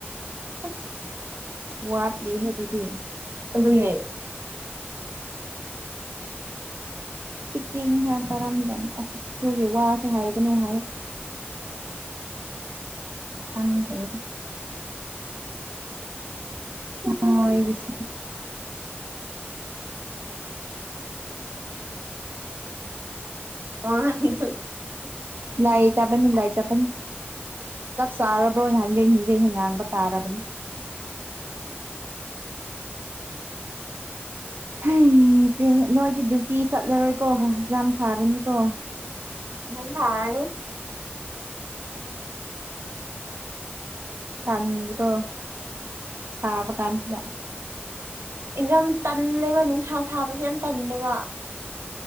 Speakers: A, on the right; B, on the right.
A: ꯑꯁ ꯋꯥꯠ ꯂꯩꯍꯦ ꯑꯗꯨꯗꯤ
B: ꯑꯗꯨꯅꯦ
A: ꯏꯁꯄꯤꯛꯀꯤꯡꯒ ꯇꯧꯔꯝꯗꯥꯃꯦ ꯏꯁꯤꯒꯤ ꯋꯥꯁꯦ ꯍꯥꯏꯒꯅꯨ ꯍꯥꯏ ꯈꯪꯗ꯭ꯔꯦꯗꯥ ꯑꯣ ꯑꯩꯒꯤꯁ
B: ꯑ <unintelligible>
A: ꯂꯥꯏ ꯇꯕꯅꯤ ꯂꯥꯏ ꯆꯄ ꯇꯞ ꯁꯔꯥ ꯄ꯭ꯔꯣ ꯍꯥꯏ ꯑꯖꯕ ꯃꯇꯝꯥꯕꯅꯤ
B: ꯎꯝ
A: ꯀ ꯅꯣꯏꯗꯤ ꯗ꯭ꯌꯨꯇꯤ ꯆꯠꯂꯔꯣꯏꯀꯣ ꯑꯦꯛꯖꯥꯝ ꯊꯥꯔꯅꯤꯀꯣ
B: ꯎ ꯐꯅꯤ
A: ꯊꯥꯡꯀꯣ ꯁꯥꯕ ꯀꯥꯟꯁꯤꯗ
B: ꯑꯦꯖ ꯇꯜꯂꯦꯕ ꯅꯨꯡꯁꯥ ꯁꯥꯕꯁꯦ ꯌꯥꯝ ꯇꯟꯂꯦꯕ